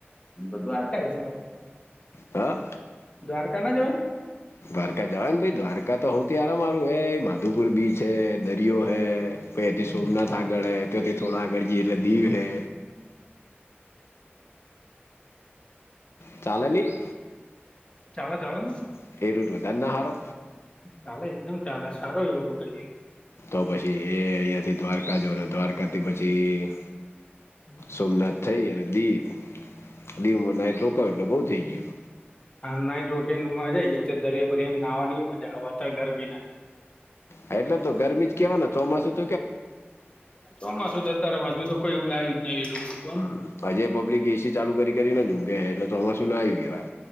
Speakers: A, on the left; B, on the left.
A: બ દ્વારકા જવા યે
B: હા
A: દ્વારકા ના જવાય
B: દ્વારકા જવા ને ભાઈ દ્વારકા તો હવતુ હરામાં હારું એ માધુપુર બીચ હ દરિયો હૈ કોતિ
A: હમ
B: સોમનાથ આગઢ હૈ તોતિ થોડા આગળજી દીવ હૈ ચાલે ની
A: ચાલો ચાલોની
B: <unintelligible> હારો
A: ચાલે એકદમ ચાલે સારો એવો રૂટ હ
B: તો પછી એ અહીંયાથી દ્વારકા જને દ્વારકાથી પછી
A: હમ્મ
B: સોમનાથ થઈ અને દીવ દીવમાં નાઈટ રોકાવ એટલે બહુ થઈ ગયું
A: હા નાઇટ રોકિંગ મજા જ દરિયો બરિયો એમ નાહવાની મજા આવવાતા ગરમી ના
B: એટલે તો ગરમી જ કેવા ચોમાસું <unintelligible>
A: ચોમાસું જતા હજુ તો કોઈ એવું આવ્યું જ નહી એટલું બધું કોણ
B: હમ્મ હજે પબ્લિક એસી ચાલુ કરીને ઊઘે હ એટલે ચોમાસું ના આવી કહેવાય